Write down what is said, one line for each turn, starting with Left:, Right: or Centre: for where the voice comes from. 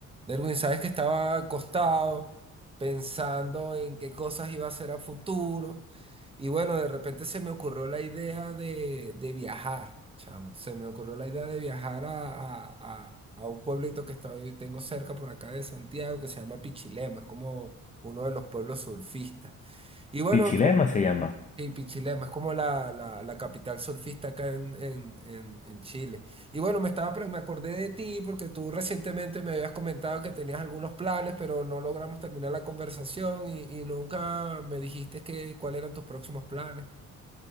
Right: Derwin, sabes que estaba acostado pensando en qué cosas iba a hacer a futuro. Y bueno, de repente se me ocurrió la idea de, de viajar, chamo. Se me ocurrió la idea de viajar a, a- a- a un pueblito que estoy, tengo cerca por acá de Santiago que se llama Pichilemu. Es como uno de los pueblos surfistas. Y bueno,
Left: Pichilema se llama.
Right: Sí, Pichilemu, es como la, la, la capital surfista acá en, en, en, en Chile. Y bueno, me estaba, pre- me acordé de ti porque tú recientemente me habías comentado que tenías algunos planes, pero no logramos terminar la conversación y, y nunca me dijiste que, cuáles eran tus próximos planes.